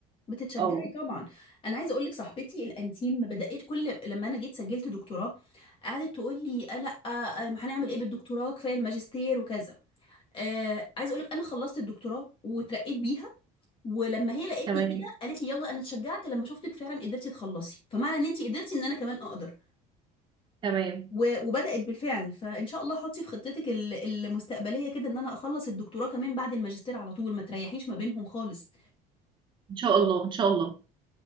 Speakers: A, on the left; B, on the right.
A: بتتشجعي
B: اه
A: طبعا انا عايزه اقول لك صاحبتي الانتيم ما بدات كل لما انا جيت سجلت دكتوراه قعدت تقول لي آه لا آه ما هنعمل ايه بالدكتوراه كفايه الماجستير وكذا آه عايزه اقول لك انا خلصت الدكتوراه وترقيت بيها ولما هي لقيتني
B: تمام
A: كده قالت لي يلا انا اتشجعت لما شفتك فعلا قدرتي تخلصي فمعنى ان انت قدرتي ان انا كمان اقدر
B: تمام
A: و- وبدات بالفعل فان شاء الله حطي في خطتك ال- المستقبليه كده ان انا اخلص الدكتوراه كمان بعد الماجستير على طول ما تريحيش ما بينهم خالص
B: ان شاء الله ان شاء الله